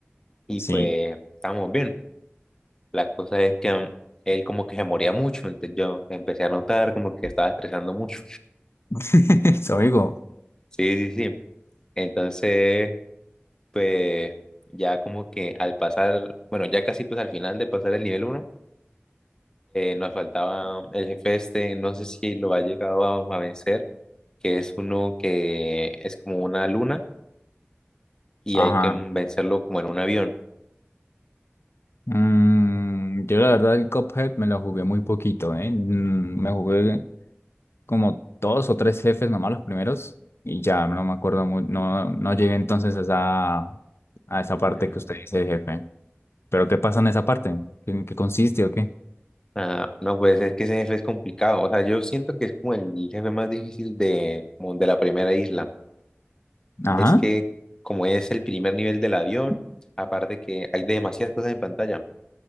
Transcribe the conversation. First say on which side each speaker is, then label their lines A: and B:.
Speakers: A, on the left; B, on the left.
A: y
B: Sí.
A: pues estábamos bien. La cosa es que mm, él como que se moría mucho, entonces yo empecé a notar como que estaba estresando mucho.
B: <laughs> Su amigo.
A: Sí, sí, sí. Entonces, pues ya como que al pasar, bueno, ya casi pues al final de pasar el nivel 1, nos faltaba el jefe este, no sé si lo ha llegado a, a vencer, que es uno que es como una luna y
B: Ajá.
A: hay que vencerlo como en un avión.
B: Mm, yo la verdad el Cuphead me lo jugué muy poquito, ¿eh? Mm, Me jugué como dos o tres jefes nomás los primeros y ya no me acuerdo muy, no, no llegué entonces a esa, a esa
A: Mm,
B: parte que usted dice de jefe. ¿Pero qué pasa en esa parte? ¿En qué consiste o qué?
A: Ah, no, pues es que ese jefe es complicado. O sea, yo siento que es como el jefe más difícil de, como de la primera isla.
B: Ajá,
A: Es que como es el primer nivel del avión, aparte que hay demasiadas cosas en pantalla